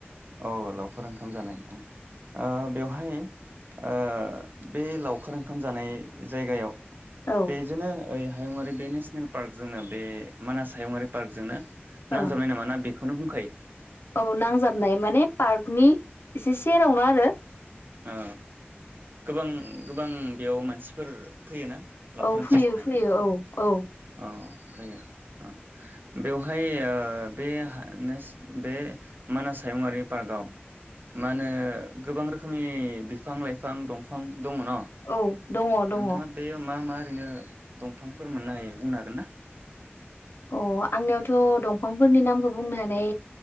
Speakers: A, on the right; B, on the left.
A: औ लावखार ओंखाम जानाय। ओ बेवहाय ओ बे लावखार ओंखाम जानाय जायगायाव।
B: औ ओ
A: बेजोंनो ओइ हायुङारि बे नेसनेल पार्कजेनेल बे मानास, हायुंङारि पार्कजोंनो नांजाबनाय
B: ओ
A: नामा? ना बेखौ, बेखौनो बुंखायो।
B: औ नांजाबनाय माने पार्कनि एसे सेरावनो आरो
A: ओ गोबां गोबां बेयाव मानसिफोर फैयोना लावखार
B: औ
A: ओंखाम
B: फैयो
A: जानो
B: फैयो औ औ
A: औ फैयो अ बेवहाय ओ बे हा नेस बे मानास हायुंआरि पार्कआव मानो गोबां रो खोमनि बिफां-लाइफां दंफां दङ न
B: औ दङ दङ
A: नोंथाङा बेयो मा मा ओरैनो दंफांफोर मोननो हायो बुंनो हागोन ना
B: अ आंनियावथ' दंफांफोरनि नामखौ बुंनो हानाय